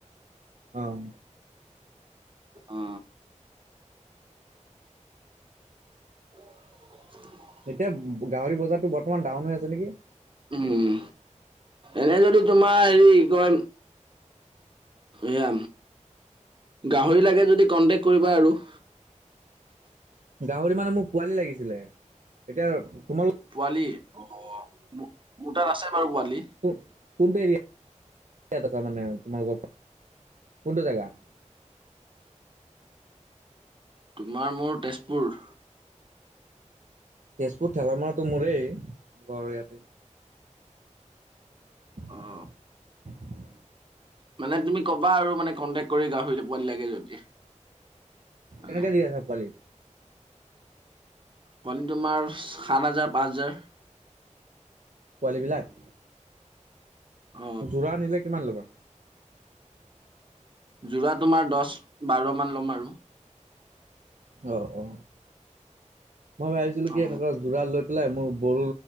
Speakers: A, on the right (about 70°); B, on the right (about 40°).
A: অ',
B: অ। <unintelligible>
A: এতিয়া গাহৰি বজাৰটো বৰ্তমান ডাউন হৈ আছে নেকি?
B: উম, এনে যদি তোমাৰ হেৰি কি কয়? এয়া, গাহৰি লাগে যদি কন্টেক্ট কৰিবা আৰু
A: গাহৰি মানে মোৰ পোৱালি লাগিছিলে, এতিয়া তোমালোক
B: পোৱালি অ মোৰ তাত আছে বাৰু পোৱালি
A: ক কোনটো এৰিয়াট আচা মানে তোমালোক ক কোনটো জেগা?
B: তোমাৰ মোৰ তেজপুৰ
A: তেজপুৰ ঠেলামৰাটো মোৰেই ঘৰৰ ইয়াতে <unintelligible>
B: অ
A: <inaudible>
B: মানে তুমি ক'বা আৰু মানে কণ্টেক্ট কৰি গাহৰিটো পোৱালী লাগে যদি মানে
A: কেনেকে দি আছা পোৱালি?
B: পোৱালি তোমাৰ সাত হাজাৰ, পাঁচ হাজাৰ
A: পোৱালিবিলাক?
B: অ
A: যোৰা আনিলে কিমান ল'বা?
B: যোৰা তোমাৰ দশ বাৰমান ল'ম আৰু
A: অ অ মই ভাবিছিলো কি
B: অ
A: এনেকুৱা যোৰা লৈ পেলাই মোৰ বড়ো